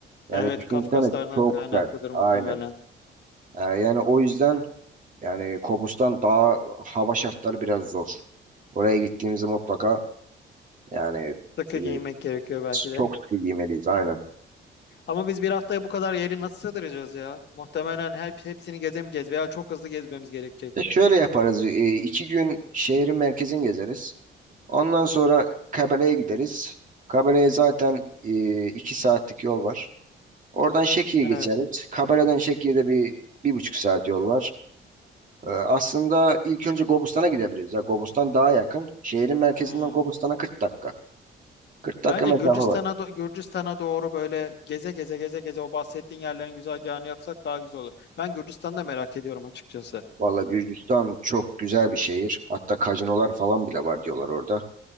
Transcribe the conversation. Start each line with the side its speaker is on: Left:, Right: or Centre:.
Right: Yani
Left: Evet,
Right: düşünsene
Left: Kafkaslardan
Right: çok
Left: kaynaklıdır
Right: sert.
Left: muhtemelen.
Right: Aynen. E, yani o yüzden yani Kobustan daha hava şartları biraz zor. Oraya gittiğimizde mutlaka yani
Left: Sıkı
Right: e,
Left: giymek gerekiyor belki de.
Right: çok sıkı giymeliyiz aynen.
Left: Ama biz bir haftaya bu kadar yeri nasıl sığdıracağız ya? Muhtemelen her hepsini gezemeyeceğiz veya çok hızlı gezmemiz gerekecek.
Right: E şöyle yaparız. e, iki gün şehrin merkezini gezeriz. Ondan sonra Kabele'ye gideriz. Kabele'ye zaten e, iki saatlik yol var. Oradan Şeki'ye
Left: Evet.
Right: geçeriz. Kabele'den Şeki'ye de bir, bir buçuk saat yol var. E, aslında ilk önce Gobustan'a gidebiliriz. Ya, Gobustan daha yakın. Şehrin merkezinden
Left: Hmm.
Right: Gobustan'a 40 dakika. kırk dakika
Left: Bence
Right: mesafe
Left: Gürcistan'a
Right: var.
Left: do- Gürcistan'a doğru böyle geze geze geze geze o bahsettiğin yerlerin güzergahını yapsak daha güzel olur. Ben Gürcistan'da merak ediyorum açıkçası.
Right: Valla Gürcistan çok güzel bir şehir. Hatta kazinolar falan bile var diyorlar orada.